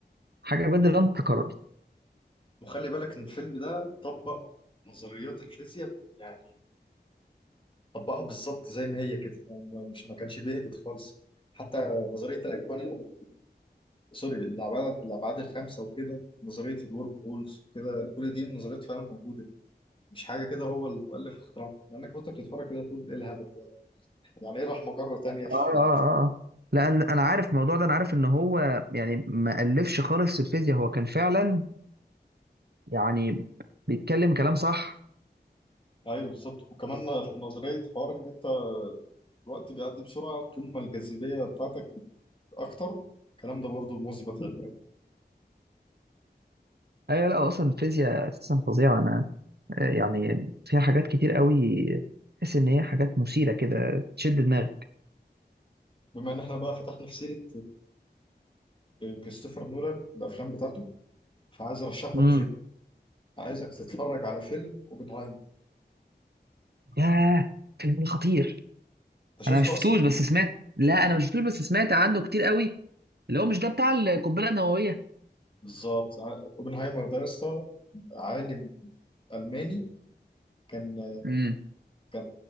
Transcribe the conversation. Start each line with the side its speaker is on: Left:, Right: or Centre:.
Right: حاجة بجد لا تتكرر
Left: وخلي بالك ان الفيلم ده طبق نظريات الفيزياء يعني طبقها بالظبط زي ما هي كده يعني ما- مش ما كانش بيهبط خالص حتى نظريه الاكوان سوري الابعاد الابعاد الخمسه وكده نظريه الورم هولز وكده كل دي نظريات فعلا موجوده مش حاجه كده هو المؤلف اخترعها مع انك وانت بتتفرج كده تقول ايه الهبل ده يعني ايه راح مجره تانية في
Right: آه آه آه لأن أنا أنا عارف الموضوع ده أنا عارف إن هو يعني ما ألفش خالص الفيزياء هو كان فعلا يعني بيتكلم كلام صح
Left: ايوه بالظبط وكمان في نظريه حوار ان انت الوقت بيعدي بسرعه طول ما الجاذبيه بتاعتك اكتر الكلام ده برضه مثبت علميا
Right: أيوة لا هو أصلا الفيزياء أساسا فظيعة أنا آه، يعني فيها حاجات كتير قوي تحس إن هي حاجات مثيرة كده تشد دماغك
Left: بما ان احنا بقى فتحنا في سيره آه، كريستوفر نولان والافلام بتاعته فعايز ارشح
Right: امم
Left: لك فيلم عايزك تتفرج على فيلم اوبنهايمر
Right: ياه الفيلم ده خطير
Left: انت شفته
Right: انا مش شفتوش
Left: اصلا
Right: بس سمعت لا انا مش شفتوش بس سمعت عنه كتير قوي اللي هو مش ده بتاع القنبله النوويه
Left: بالظبط ع- اوبنهايمر ده يا اسطى عالم الماني كان
Right: امم
Left: كان